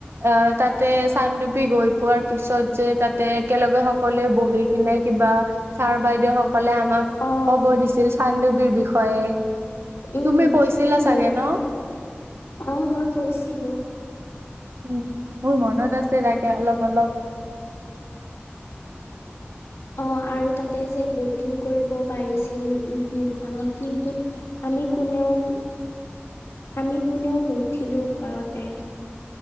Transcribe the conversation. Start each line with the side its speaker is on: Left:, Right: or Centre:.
Right: অ তা - তে চানডুপি গৈ পোৱাৰ পিছত যে তাতে একেলগে সকলোৱে বহি কিনে কিবা - ছাৰ-বাইদেউসকলে আমাক
Left: অ
Right: কব দিছিল চানডুবিৰ বিষয়ে।
Left: উম
Right: তুমি কৈছিলা
Left: বহুত,
Right: চাগে ন
Left: অ মই কৈছিলো।
Right: উম, মোৰ মনত আছে তাকে অলপ অলপ।
Left: অ, আৰু তাতে যে ব'টিং কৰিব পাৰিছিল বিলখনত কিন্তু - আমি কোনেও আমি কোনেও নুঠিলো ভয়তে।